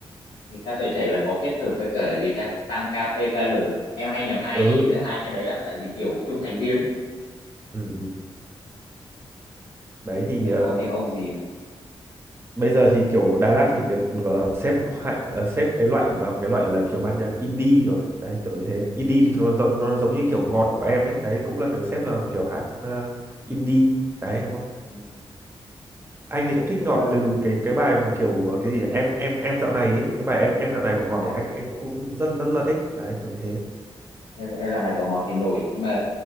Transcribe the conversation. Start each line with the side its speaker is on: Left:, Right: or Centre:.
Left: với ca tuổi trẻ là có kết hợp với cả gì ta tam KPKL em hay nhầm hai
Right: ừ,
Left: giữa hai cái đấy lắm tại vì kiểu chung thành viên á
Right: ừ. ừ. đấy thì
Left: không biết
Right: ờ,
Left: có thêm ông gì nữa
Right: bây giờ thì kiểu Đà Lạt thì được, được ờ, xếp loại ờ, xếp cái loại vào cái loại là kiểu ban nhạc indie rồi đấy kiểu như thế indie
Left: ừ.
Right: thì nó, giống- nó giống như kiểu ngọt của em ấy đấy cũng là kiểu xếp là kiểu hát ờ, indie đấy đúng không
Left: Ừ, đúng
Right: anh thì cũng thích
Left: rồi.
Right: ngọt
Left: Ờ,
Right: từ cái cái bài mà kiểu ờ, cái gì em em em dạo này ấy. cái bài em em dạo này của ngọt
Left: lại
Right: thì anh anh cũng rất rất là thích đấy kiểu như thế
Left: em em dạo này của ngọt thì nổi nhưng mà